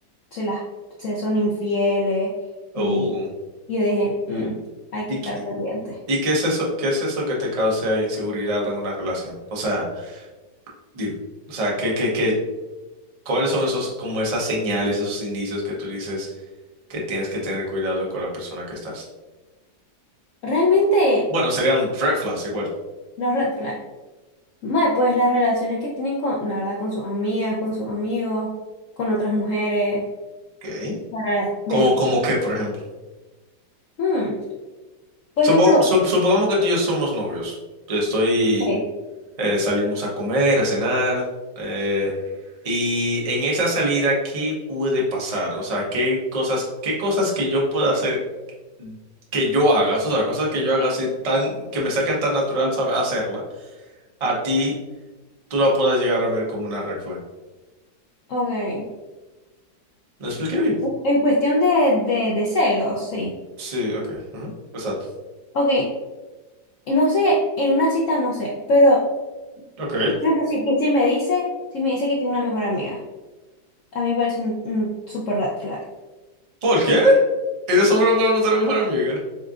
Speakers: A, on the left (about 75°); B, on the right (about 50°).
A: se las se son infieles y,
B: Uh,
A: y yo dije, "Mm, hay
B: ¿Y,
A: que estar
B: qué-
A: pendiente.
B: y qué es eso, qué es eso que te causa inseguridad en una relación? O sea, dime, o sea, ¿qué, qué, qué- cuáles son esos, como esas señales, esos indicios que tú dices que tienes que tener cuidado con la persona que estás?
A: Realmente,
B: Bueno, serían red flags igual.
A: los red flags, mae, pues las relaciones que tienen con, la verdad, con sus amigas, con sus amigos, con otras mujeres,
B: Ok.
A: la verdad, de,
B: ¿Cómo, cómo qué, por ejemplo?
A: mm, por
B: Supo-
A: ejemplo,
B: sup- supongamos que tú y yo somos novios. Yo estoy
A: ok,
B: eh, salimos a comer, a cenar. eh, y en esa salida, ¿qué puede pasar? O sea, ¿qué cosas, qué cosas que yo pueda hacer, que yo haga, o sea, cosas que yo haga así tan, que me salgan tan natural saber hacerla, a ti tú la puedas llegar a ver como una red flag.
A: ok, eh,
B: ¿Lo expliqué bien?
A: en cuestión de, de, de celos, sí.
B: Sí, ok. ujú, Exacto.
A: Ok, No sé, en una cita no sé, pero
B: Ok.
A: por ejemplo, si, que si me dice, si me dice que tiene una mejor amiga, a mí me parece un, un super red flag.
B: ¿Por
A: Que,
B: qué? ¿Y nosotros no podemos ser mejor amiga?